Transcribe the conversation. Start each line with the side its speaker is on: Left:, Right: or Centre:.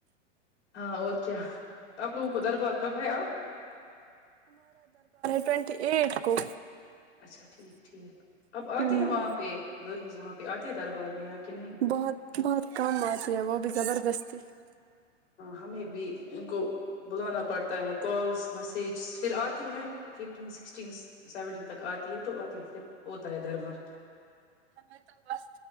Left: ہاں اور کیا آپ لوگ کدھر باقب ہے
Right: ٹوونٹی ایٹ کو
Left: اچھا ٹھیک ٹھیک اپ
Right: ہوں
Left: آتے ہیں وہاں پہ گرلز وہاں پہ آتے ہیں دربار میں یا کہ نہیں
Right: بہت بہت کم آتی ہیں وہ بھی زبردست پھی <unintelligible>
Left: ہمیں بھی ان کو بلانا پڑتا ہے کالس میسج پھر آتی ہے ففٹین سکسٹین سیونٹین تک آتی ہے تو آتی ہے پھر ہوتا ہے در بار
Right: ہمیں تو بس